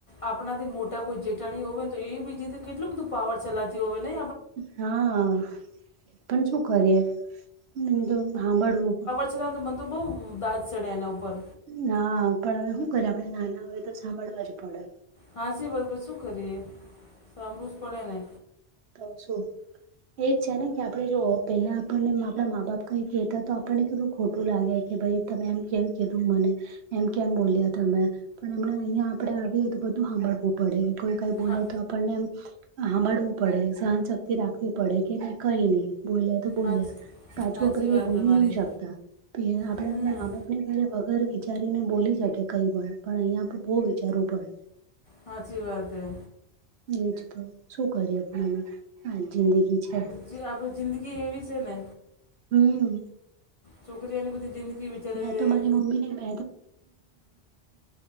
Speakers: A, on the left; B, on the right.
A: આપણા થી મોટા કોઈ જેઠાણી હોય ને તો એ બીજીથી કેટલું બધું પાવર ચલાતી હોય ને.
B: હા પણ શું કરીએ તો હાભળવું.
A: પાછ મન તો બહુ દાજ ચડે એના ઉપર
B: ના પણ હવે શું કરે આપડે નાના હોય તો સાંભળવા જ પડે.
A: હાંસી બસ બ શું કરીએ સાંભળું જ પડે નને
B: તો શું એજ છે ને કે આપડે જો પેલા આપણને આપણા મા બાપ કઈ કહેતા તો આપણને કેટલું ખોટું લાગે કે ભાઈ તમે એમ કેમ કીધું મને. એમ કેમ બોલ્યા તમે પણ અમને અહિયાં આપડે આવીએ તો બધું સાંભળવું પડે. કોઈ કઈ બોલે
A: હા
B: તો આપળે ને હાભળવું. પડે સહનશક્તિ રાખવી પડે કે ન કઈ નહી બોલે. બોલ્યા
A: હાચ
B: પાછું
A: સાચી
B: આપડે
A: વાત
B: ક બોલી
A: તમારી
B: નહી શકતા પ આપણે
A: હમ
B: આપણા મા બાપ ને ક. ઘર વિચારીને બોલી શકે કંઈ પણ અહીંયા બહુ વિચારવું પડે.
A: હાચી વાત હૈ
B: એજ તો શું કરીએ આપળ ને આ જિંદગી છે.
A: જે આપણી જિંદગી એવી છે ને.
B: હમ
A: છોકરીઓની બધી જિંદગી બિચારી
B: મે તો મારી મમ્મી ને